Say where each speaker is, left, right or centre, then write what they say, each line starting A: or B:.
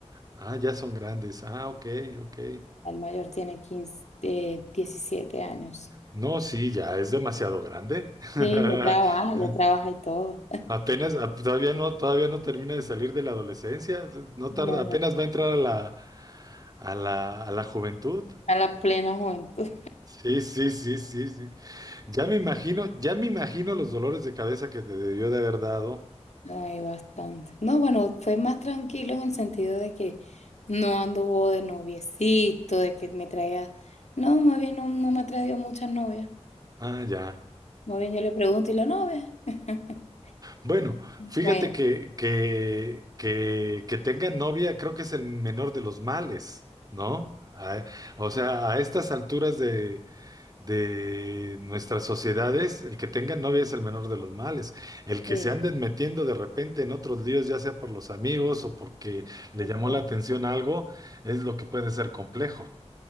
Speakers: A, on the right; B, on the left.
A: ah, ya son grandes, ah, ok, ok.
B: El mayor tiene 15 eh, 17 años.
A: No, sí, ya es demasiado grande.
B: Sí, ya trabaja,
A: <laughs>
B: ya trabaja y todo.
A: Apenas, a- todavía no, todavía no termina de salir de la adolescencia, no
B: No,
A: tarda, apenas
B: no,
A: va a entrar a la, a la, a la juventud.
B: A la plena juventud.
A: Sí, sí, sí, sí, sí. Ya me imagino, ya me imagino los dolores de cabeza que te debió de haber dado.
B: Hay bastante. No, bueno, fue más tranquilo en el sentido de que no anduvo de noviecito, de que me traía. No, más bien no, no me ha traído muchas novias.
A: Ah, ya.
B: Más bien yo le pregunto, ¿y la novia? <laughs>
A: Bueno,
B: Bueno,
A: fíjate que, que, que, que tenga novia creo que es el menor de los males, ¿no? A- o sea, a estas alturas de nuestras sociedades, el que tenga novia es el menor de los males. El que
B: sí,
A: se anden metiendo de repente en otros líos, ya sea por los amigos o porque le
B: ese.
A: llamó la atención algo, es lo que puede ser complejo.